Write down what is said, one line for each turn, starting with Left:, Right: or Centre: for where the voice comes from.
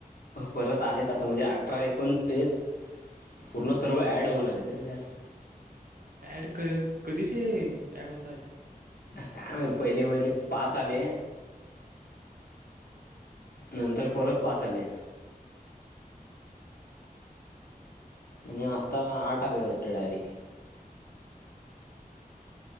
Left: परत आलेत आता म्हणजे अठरा एकूण म्हणजे पूर्ण सर्व ऍड होऊन आले रे त्यात.
Right: ऍड क कधीचे ऍड होताय.
Left: काय माहित पहिली पहिली पाच. चाले. नंतर परत पाच आले. मण आ <inaudible> आता आठ आले वाटत डायरेक्ट.